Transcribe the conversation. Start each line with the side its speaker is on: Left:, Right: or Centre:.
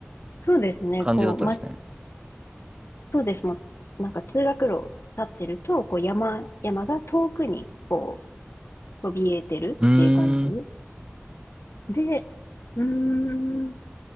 Left: そうですね。
Right: 感じだったんですね。
Left: こう、ま、そうです。もう、なんか通学路立ってると、こう山、山が遠くにこう、そびえてるっていう感じ。
Right: うーん。い
Left: で、うーん。